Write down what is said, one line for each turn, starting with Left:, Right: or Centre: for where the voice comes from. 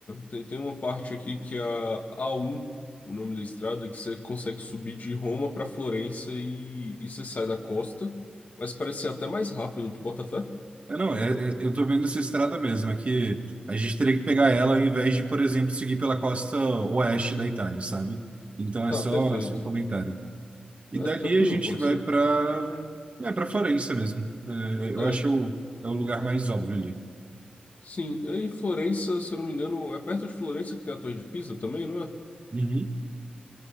Left: Tem, tem uma parte aqui que é a A1, o nome da estrada, que você consegue subir de Roma pra Florença e, e você sai da costa. Mas parece ser até mais rápido, tu bota fé?
Right: É não, é, é- eu tô vendo essa estrada mesmo, é que a gente teria que pegar ela ao invés de, por exemplo, seguir pela costa oeste da Itália, sabe? Então
Left: Tá,
Right: é só,
Left: perfeito.
Right: é só um comentário. E
Left: É,
Right: dali
Left: tranquilo,
Right: a gente
Left: pode
Right: vai
Left: ser.
Right: para é, para Florença mesmo. É, eu
Left: É,
Right: acho o, é o lugar mais óbvio ali.
Left: sim. Aí Florença, se eu não me engano, é perto de Florença que tem a Torre de Pisa também, não é?
Right: Uhum.